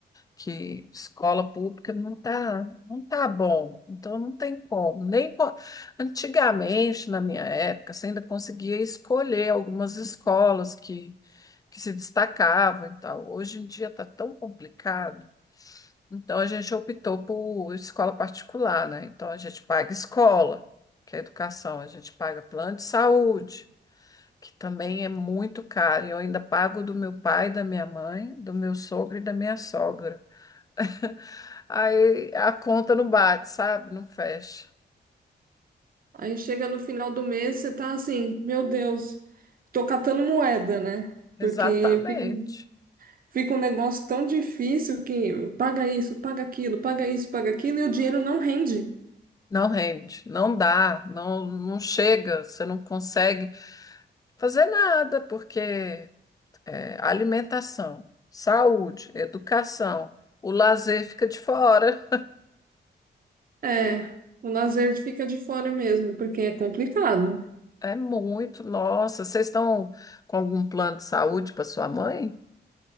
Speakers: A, on the left; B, on the right.
A: que escola pública não tá, não tá bom, então não tem como. Nem co- antigamente, na minha época, você ainda conseguia escolher algumas escolas que, que se destacavam e tal. Hoje em dia está tão complicado então a gente optou por escola particular, né? Então a gente paga escola, que é educação, a gente paga plano de saúde, que também é muito caro. E eu ainda pago do meu pai, da minha mãe, do meu sogro e da minha sogra. <laughs> Aí a conta não bate, sabe? Não fecha.
B: Aí chega no final do mês, você tá assim, meu Deus, tô catando moeda, né?
A: Exatamente.
B: Porque fica, fica um negócio tão difícil que paga isso, paga aquilo, paga isso, paga aquilo, e o dinheiro não rende.
A: Não rende, não dá, não, não chega, você não consegue fazer nada, porque é, alimentação, saúde, educação, o lazer fica de fora.
B: É, o lazer fica de fora mesmo, porque é complicado.
A: É muito, nossa, vocês estão com algum plano de saúde para sua mãe?